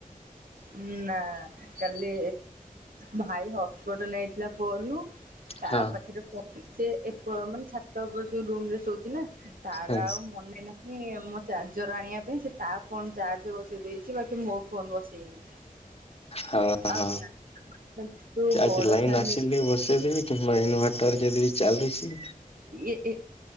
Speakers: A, on the right; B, on the left.
A: ଉ ନା କାଲି ଭାଇ ହସ୍ପଟ ନେଇଥିଲା ଫୋନରୁ। ତା
B: ହଁ
A: ପାଖେରେ ପ ଏତେ ଏ ପ ମାନେ ଛାତ ଓପରେ ଯୋଉ ରୁମ ରେ ଶୋଉ ଇନା ତାର
B: ହଁ
A: ଆଉ ମନେ ନା ନି ଆଉ ମୋ ଚାର୍ଜର ଆଣିବା ପାଇଁ ସେ ତା ଫୋନ୍ ଚାର୍ଜ ବସେଇ ଦେଇଛି ବାକି ମୋ ଫୋନ୍ ବସେଇନି।
B: ହଁ
A: ଆଉ
B: ହଁ
A: ଲା ତୁ
B: ଚାର୍ଜ
A: ବଡ
B: ଲାଇନ୍
A: ଫ୍ୟାମିଲି
B: ଆସିଲେ ବସେଇଦେବେ। ମୋ ଇନଭଟର ଯେଦି ଚାଲୁଚି
A: ଏ ଏ